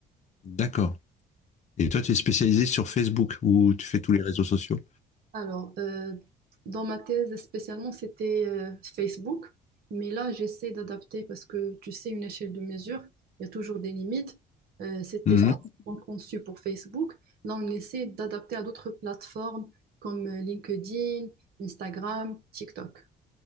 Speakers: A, on the left; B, on the right.
A: D'accord. Et toi, tu es spécialisé sur Facebook ou tu fais tous les réseaux sociaux?
B: Alors, euh, dans ma thèse spécialement, c'était euh, Facebook, mais là, j'essaie d'adapter parce que tu sais, une échelle de mesure, il y a toujours des limites. Euh, c'était
A: Mmh.
B: spécialement conçu pour Facebook. Là, on essaie d'adapter à d'autres plateformes comme euh, LinkedIn, Instagram, TikTok.